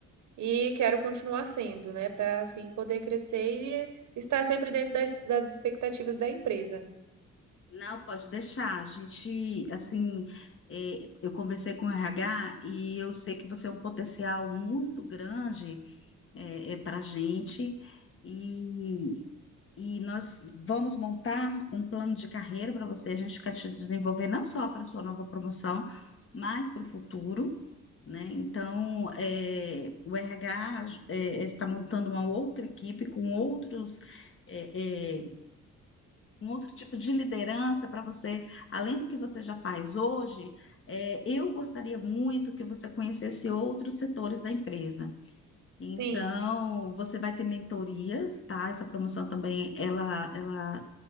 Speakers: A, on the right (about 75°); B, on the left (about 45°).
A: e quero continuar sendo, né, para assim poder crescer e estar sempre dentro das, das expectativas da empresa.
B: Não, pode deixar. A gente, assim, eh, eu conversei com o RH e eu sei que você é um potencial muito grande para a gente. E E nós vamos montar um plano de carreira para você. A gente quer te desenvolver não só para sua nova promoção, mas para o futuro, né? Então, eh, o RH está montando uma outra equipe com outros, eh, eh, um outro tipo de liderança para você, além do que você já faz hoje. eh, eu gostaria muito que você conhecesse outros setores da empresa. Então,
A: Sim.
B: você vai ter mentorias, tá? Essa promoção também, ela, ela